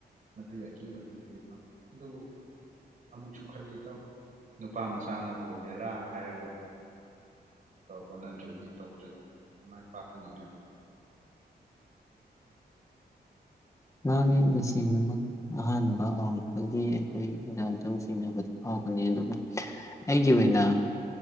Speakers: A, on the right; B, on the left.
A: ꯃꯗꯨꯒꯤ ꯑꯀꯤꯕꯗꯨꯅꯤ ꯑꯗꯨꯇꯧ ꯑꯗꯨꯕꯨ ꯑꯃꯨꯛꯁꯨ ꯈꯜꯂꯤ ꯇꯧ ꯅꯨꯄꯥ ꯃꯆꯥꯅꯕꯨ ꯍꯦꯔꯥ ꯍꯥꯏꯔꯒ ꯇꯧ ꯍꯣꯠꯅꯗ꯭ꯔꯗꯤ ꯇꯧꯗ꯭ꯔꯗꯤ ꯀꯅꯥ ꯍꯥꯏꯗꯤ ꯃꯥꯏ ꯄꯥꯛꯀꯅꯤ ꯍꯥꯏꯕꯗꯣ
B: ꯉꯍꯥꯅꯦ ꯇꯁꯦꯡꯅꯃꯛ ꯑꯍꯥꯟꯕ ꯍꯧꯔꯛꯄꯒꯤ ꯑꯩꯈꯣꯏꯗ ꯑꯗꯨ ꯆꯤꯡꯅꯕꯗꯤ ꯐꯥꯎꯒꯅꯤ ꯑꯗꯨꯕꯨ ꯑꯩꯒꯤ ꯑꯣꯏꯅ